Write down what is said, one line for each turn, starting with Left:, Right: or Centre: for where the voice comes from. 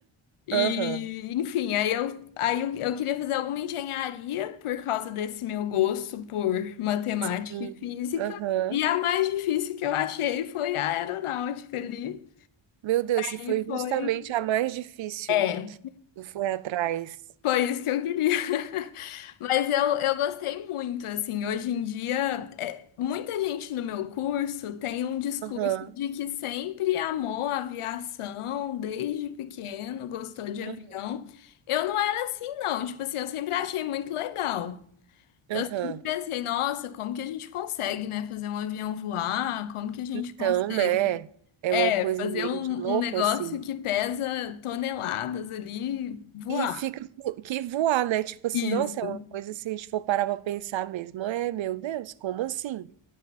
Left: E,
Right: Aham.
Left: enfim, aí eu, aí eu, eu queria fazer alguma engenharia por causa desse meu gosto por matemática
Right: Sim.
Left: e física.
Right: Aham.
Left: E a mais difícil que eu achei foi a aeronáutica ali.
Right: Meu Deus, se
Left: E
Right: foi justamente
Left: foi,
Right: a mais difícil,
Left: é,
Right: tu foi atrás.
Left: foi isso que eu queria. <laughs> Mas eu, eu gostei muito, assim, hoje em dia, é, muita gente no meu curso tem um discurso
Right: Aham.
Left: de que sempre amou a aviação, desde pequeno, gostou de avião.
Right: Aham.
Left: Eu não era assim, não, tipo assim, eu sempre achei muito legal. Eu
Right: Aham.
Left: sempre pensei, nossa, como que a gente consegue, né, fazer um avião voar? Como que a gente
Right: Então,
Left: consegue,
Right: né? É
Left: é,
Right: uma coisa
Left: fazer
Right: meio
Left: um,
Right: de louco,
Left: um negócio
Right: assim.
Left: que pesa toneladas ali voar?
Right: E fica fu- que voar, né? Tipo assim,
Left: Isso.
Right: nossa, é uma coisa se a gente for parar pra pensar mesmo. É, meu Deus, como assim?